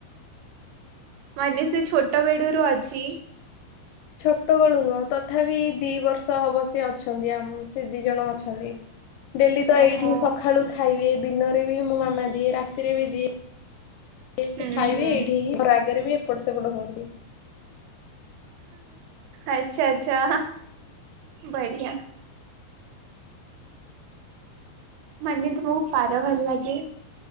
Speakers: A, on the right; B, on the left.
A: ମାନେ ସେ ଛୋଟ ବେଡୁରୁ ଅଛି।
B: ଛୋଟ ବେଳୁ ନୁଅଁ, ତଥାପି ଦି ବର୍ଷ ହବ ସେ ଅଛନ୍ତି ଆମ ସେ ଦିଜଣ ଅଛନ୍ତି। ଡେଲି ତ
A: ଓହୋ।
B: ଏଇଠି ସଖାଳୁ ଖାଇବେ, ଦିନରେ ବି ମୋ ମାମା ଦିଏ, ରାତିରେ ବି ଦିଏ। ଏ
A: ହୁଁ
B: ସେ ଖାଇବେ
A: ହୁଁ
B: ଏଇଠି ହିଁ ଘର ଆଗରେ ବି ଏପଟ ସେପଟ ହୁଅନ୍ତି।
A: ଆଚ୍ଛା, ଆଚ୍ଛା, ବଢିଆ। ମାନେ ତୁମକୁ ପାରା ଭଲ ଲାଗେ?